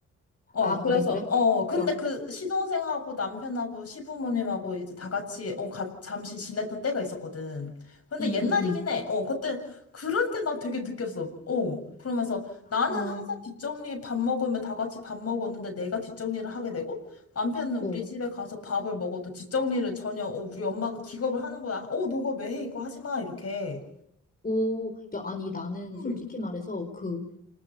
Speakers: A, on the left; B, on the left.
A: 어,
B: 아,
A: 그래서,
B: 그래, 그래?
A: 어, 근데
B: 야,
A: 그 시동생하고 남편하고 시부모님하고 이제 다 같이, 어, 가, 잠시 지냈던 때가 있었거든. 근데
B: 응,
A: 옛날이긴
B: 응, 응.
A: 해. 어, 그때, 그럴 때 나 되게 느꼈어. 어, 그러면서 나는
B: 와,
A: 항상 뒷정리 밥 먹으면 다 같이 밥 먹었는데 내가 뒷정리를 하게 되고 남편은
B: 어,
A: 우리 집에 가서 밥을 먹어도 뒷정리를 전혀, 어, 우리 엄마가 기겁을 하는 거야. 어, 너가 왜 해? 이거 하지 마. 이렇게.
B: 오, 야, 아니, 나는
A: 응,
B: 솔직히 말해서 그,